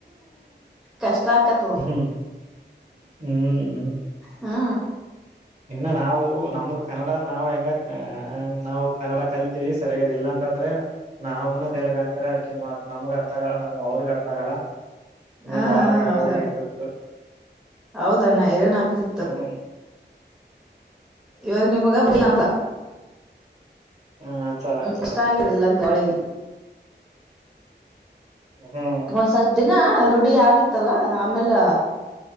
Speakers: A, in the centre; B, on the right (about 40°).
A: ಕಷ್ಟ ಆಕತು
B: ಹ್ಮ್ ಹ್ಮ್
A: ಹಾ
B: ಇನ್ನು ನಾವು ನಮ್ ಕನ್ನಡ ನಾವ್ ಹೆಂಗ ಹ ಹ ನಾವು ಕನ್ನಡ ಕಲ್ತಿೀವಿ ಸರಿಯಾದದ ಇಲ್ಲಾಂತಂದ್ರೆ ನಾವ್ನು ತೆಗಂತರಿತ್ ನಮಗ್ ಅರ್ಥ ಆಗಲ್ಲ ನಮ್ ಅವ್ರಗ್ ಅರ್ಥ ಆಗಲ್ಲ ಇನ್ನು
A: ಹಾ
B: ಬಾಳ ರಗಡಾನೆ
A: ಹೌದಣ್ಣ
B: ಇರ್ತಿತ್ತು
A: ಹೌದಣ್ಣ ಹೈರಾಣ ಆಗ್ತಿತ್ತು
B: ಹ್ಮ
A: ಇವಾಗ ನಿಮ್ಗಗ್ ಹಬ್ಬಿಲ್ಲ ಅಂತ
B: ಹ್ಮ್ ಅನ್ಸಲ್ಲ
A: ಹ್ಮ
B: ಅನ್ಸಲ್ಲ
A: ಕಷ್ಟ ಆಗುದಿಲ್ಲ ಅಂದ ಹೊಳಿಗೆ
B: ಹಾ
A: ಒಂದ್ ಸ್ವಲ್ಪ ದಿನ ರೂಢಿ ಆಗತ್ತಲ್ಲ ಆಮೇಲೆ